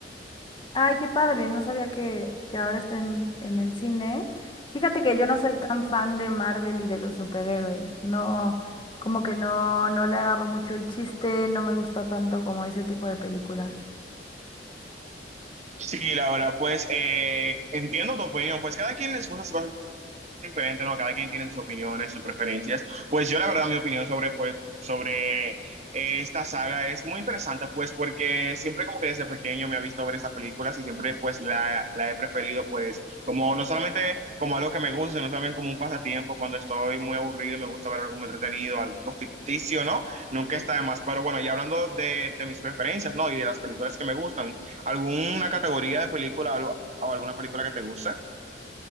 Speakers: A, on the left; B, on the right.
A: Ay, qué padre, no sabía que, que ahora estén en el cine. Fíjate que yo no soy tan fan de Marvel y de los superhéroes. No, como que no, no le agarro mucho el chiste, no me gusta tanto como ese tipo de películas.
B: Sí, la verdad, pues eh, entiendo tu opinión. Pues cada quien les gusta diferente, ¿no? Cada quien tiene sus opiniones, sus preferencias. Pues yo la verdad mi opinión sobre, pues, sobre eh, esta saga es muy interesante, pues porque siempre como que desde pequeño me ha visto ver estas películas y siempre pues la, la he preferido pues como no solamente como algo que me gusta, sino también como un pasatiempo cuando estoy muy aburrido y me gusta ver algo como entretenido, algo ficticio, ¿no? Nunca está de más, pero bueno, ya hablando de, de mis preferencias, ¿no? Y de las películas que me gustan, ¿alguna categoría de película o o alguna película que te guste?